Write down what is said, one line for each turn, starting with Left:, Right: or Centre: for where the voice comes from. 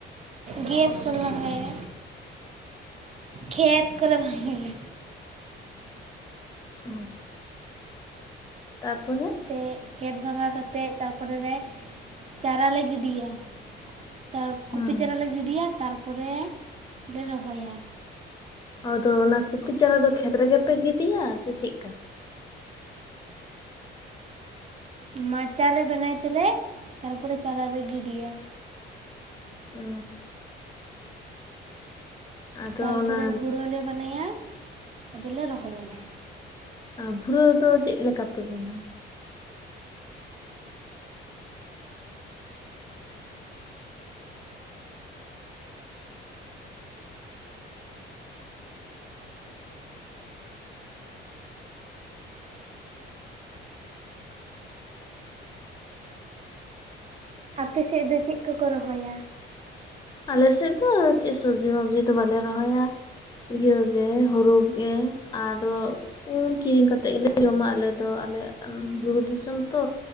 Right: ᱜᱮᱫ ᱠᱚᱞᱮ ᱵᱷᱟᱸᱜᱟᱭᱟ ᱠᱷᱮᱛ ᱠᱚᱞ ᱵᱷᱟᱸᱜᱟᱭᱟ
Left: ᱩᱸ᱾ ᱛᱟᱯᱚᱨᱮ?
Right: ᱛᱮ ᱠᱷᱮᱛ ᱵᱷᱟᱸᱜᱟᱣ ᱠᱟᱛᱮᱫ ᱛᱟᱨᱯᱚᱨᱮ ᱞᱮ ᱪᱟᱨᱟ ᱞᱮ ᱜᱤᱰᱤᱭᱟ, ᱛᱟᱨ ᱠᱩᱯᱤ
Left: ᱦᱩᱸ
Right: ᱪᱟᱨᱟ ᱞᱮ ᱜᱤᱰᱤᱭᱟ ᱛᱟᱨᱯᱚᱨᱮ ᱞᱮ ᱨᱚᱦᱚᱭᱟ᱾
Left: ᱟᱫᱚ ᱚᱱᱟ ᱠᱩᱯᱤ ᱪᱟᱨᱟ ᱫᱚ ᱠᱷᱮᱛ ᱨᱮᱜᱮᱯᱮ ᱜᱤᱰᱤᱭᱟ ᱥᱮ ᱪᱤᱫᱠᱟ?
Right: ᱢᱟᱪᱟ ᱞᱮ ᱵᱮᱱᱟᱣ ᱛᱮᱞᱮ ᱛᱟᱨᱯᱚᱨᱮ ᱪᱟᱨᱟ ᱞᱮ ᱜᱤᱰᱤᱭᱟ᱾
Left: ᱚᱻ ᱟᱫᱚ
Right: ᱛᱟᱨᱯᱚᱨᱮ
Left: ᱚᱱᱟ
Right: ᱵᱷᱩᱲᱟᱹ ᱞᱮ ᱵᱟᱱᱟᱭᱟ ᱟᱫᱚᱞᱮ ᱨᱚᱦᱚᱭᱟᱞᱮ᱾
Left: ᱟ ᱵᱷᱩᱨᱟᱹ ᱫᱚ ᱪᱮᱫ ᱞᱮᱠᱟᱯᱮ ᱵᱮᱱᱟᱣ ᱟ?
Right: ᱟᱯᱮᱥᱮᱫ ᱫᱚ ᱪᱮᱫ ᱠᱚᱠᱚ ᱨᱚᱦᱚᱭᱟ?
Left: ᱟᱞᱮᱥᱮᱫ ᱫᱚ ᱪᱮᱫ ᱥᱚᱵᱡᱤ ᱢᱚᱵᱡᱤ ᱫᱚ ᱵᱟᱞᱮ ᱨᱚᱦᱚᱭᱟ, ᱤᱭᱟᱹ ᱜᱮ ᱦᱚᱨᱩ ᱜᱮ ᱟᱫᱚ ᱩᱱ ᱠᱤᱨᱤᱧ ᱠᱟᱛᱮᱜ ᱜᱮᱞᱮ ᱡᱚᱢᱟ ᱟᱞᱮ ᱫᱚ ᱟᱞᱮ ᱵᱩᱨᱩ ᱫᱤᱥᱚᱢ ᱛᱚ